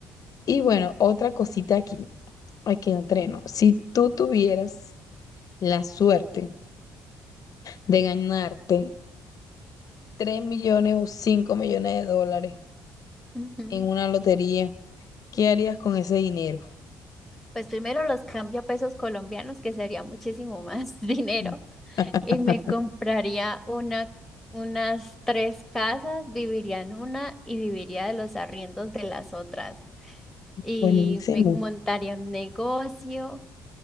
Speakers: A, on the left (about 50°); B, in the centre.
A: Y bueno, otra cosita aquí, aquí entreno. Si tú tuvieras la suerte de ganarte 3 millones o 5 millones de dólares,
B: ujú.
A: en una lotería, ¿qué harías con ese dinero?
B: Pues primero los cambio a pesos colombianos, que sería muchísimo más <laughs> dinero,
A: Mm. <laughs>
B: y me compraría una, unas tres casas, viviría en una y viviría de los arriendos de las otras. y
A: Buenísimo.
B: me montaría un negocio